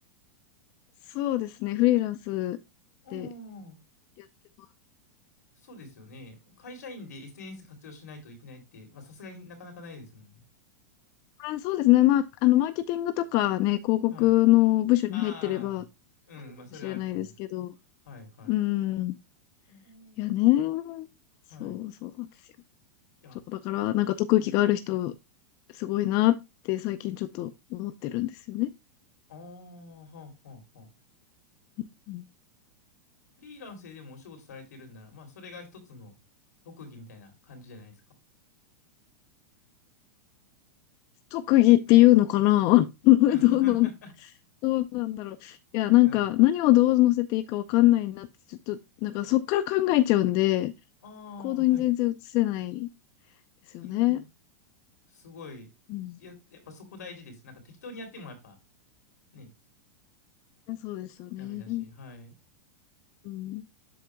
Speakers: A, on the left; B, on the left.
A: <laughs> そうですね、フリーランス
B: お
A: で
B: ー、
A: やってます。
B: そうですよね。会社員で SNS 活用しないといけないって、まあさすがになかなかないですもんね。
A: あ、そうですね。まあ、あの、マーケティングとかね、広告の部署に入ってれば、
B: はい。ああ、うん、
A: あるかもしれないですけど。
B: まあそれはあると思うんですけど。はいはい。
A: うん。
B: お
A: いやね。
B: ー、
A: そう、
B: はい。い
A: そうなんですよ。
B: や、
A: そう、だから、なんか特技がある人、
B: はい。
A: すごいなって最近ちょっと思ってるんですよね。
B: ああ、はあはあはあ。
A: うん
B: フリーランスででもお仕事されてるんなら、まあそれが一つの特技みたいな感じじゃないですか。
A: 特技っていうのかな <laughs> どうなん、
B: <laughs> は
A: どうなんだろう。いや、なんか、
B: い。
A: 何をどう乗せていいかわかんないなって、ちょっと、なんかそっから考えちゃうんで、
B: あ
A: 行動に全然移せない
B: あ、はい。
A: ですよね。
B: いやいや、すごい。
A: うん
B: いや、やっぱそこ大事です。なんか適当にやってもやっぱね、
A: やそうですよね。
B: ダメだし、はい。
A: うん。